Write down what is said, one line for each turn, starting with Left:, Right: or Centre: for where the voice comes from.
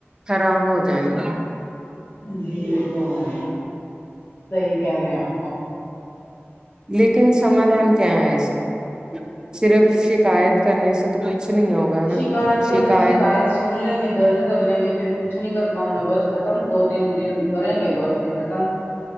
Right: خراب ہو جائیں گی
Left: جی یہ تو ہے صحیح کہہ رہے ہیں آپ تو
Right: لیکن سمادھان کیا ہے اس کا صرف شکایت کرنے سے تو کچھ نہیں ہوگا نا
Left: شکایت کرنے
Right: شکایت
Left: شکھائے سن لیں گے درد کر لیں گے پھر کچھ نہیں کرنا انیں بس ختم دو تین دن کریں گے بس پھر ختم